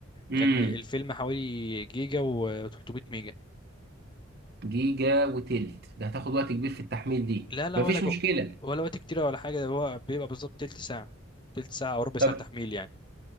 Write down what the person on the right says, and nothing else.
امم
جيجا وتلت ده هتاخد وقت كبير في التحميل دي
مفيش
مشكلة
طب